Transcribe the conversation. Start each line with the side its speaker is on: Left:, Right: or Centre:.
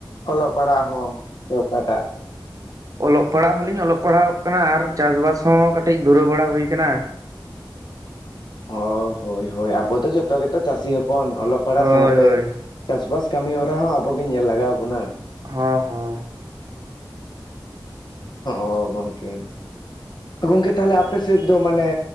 Left: ᱚᱞᱚᱜ ᱯᱟᱲᱦᱟᱜ ᱦᱚᱸ ᱥᱮ ᱚᱠᱟᱴᱟᱜ?
Right: ᱚᱞᱚᱜ ᱯᱟᱲᱦᱟᱜ ᱦᱚᱞᱤᱧ ᱚᱞᱚᱜ ᱯᱟᱲᱦᱟᱣᱚᱜ ᱠᱟᱱᱟ, ᱟᱨ ᱪᱟᱥᱵᱟᱥ ᱦᱚᱸ ᱠᱟᱹᱴᱤᱡ ᱫᱷᱩᱨᱟᱹᱣ ᱵᱟᱲᱟ ᱦᱩᱭ ᱠᱟᱱᱟ᱾
Left: ᱚ ᱦᱳᱭ ᱦᱳᱭ᱾ ᱟᱵᱚ ᱫᱚ ᱡᱦᱚᱛᱚ ᱜᱮᱛᱚ ᱪᱟᱥᱤ ᱦᱚᱯᱚᱱ, ᱚᱞᱚᱜ ᱯᱟᱲᱦᱟᱜ
Right: ᱦᱳᱭ
Left: ᱥᱟᱶ ᱛᱮ
Right: ᱦᱳᱭ
Left: ᱪᱟᱥᱵᱟᱥ ᱠᱟᱹᱢᱤ ᱦᱚᱨᱟ ᱦᱚᱸ ᱟᱵᱚ ᱜᱮ ᱧᱮᱞ ᱞᱟᱜᱟᱣ ᱵᱚᱱᱟ᱾
Right: ᱦᱚᱸ ᱦᱚᱸ᱾
Left: ᱚ ᱜᱚᱝᱠᱮ, ᱜᱚᱝᱠᱮ ᱛᱟᱦᱚᱞᱮ ᱟᱯᱮ ᱥᱮᱡ ᱫᱚ ᱢᱟᱱᱮ